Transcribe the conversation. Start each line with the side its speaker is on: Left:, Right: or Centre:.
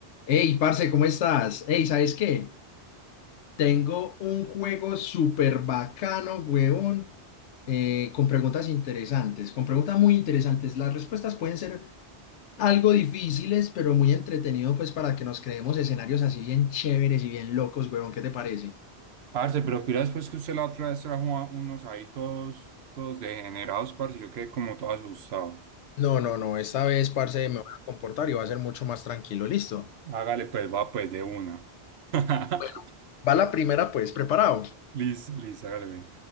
Left: Hey, parce, ¿cómo estás? Hey, ¿sabes qué? Tengo un juego súper bacano, huevón, eh, con preguntas interesantes, con preguntas muy interesantes. Las respuestas pueden ser algo difíciles, pero muy entretenido, pues, para que nos creemos escenarios así bien chéveres y bien locos, huevón. ¿Qué te parece?
Right: Parce, pero pira después que usted la otra vez trajo a- unos ahí todos, todos degenerados, parce, yo quedé como todo asustado.
Left: No, no, no, esta vez, parce, me voy a comportar y va a ser mucho más tranquilo, listo.
Right: Hágale pues, va pues de una. <laughs>
Left: Bueno. Va la primera, pues, preparado.
Right: Listo, listo, hágale. ve.